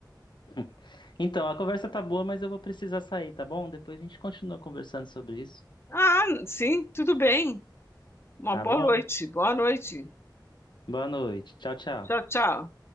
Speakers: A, on the left; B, on the left.
A: <laughs> Então, a conversa tá boa, mas eu vou precisar sair, tá bom? Depois a gente continua conversando sobre isso,
B: Ah, sim, tudo bem. Uma
A: tá
B: boa
A: bom?
B: noite. Boa noite.
A: Boa noite. Tchau, tchau.
B: Tchau, tchau.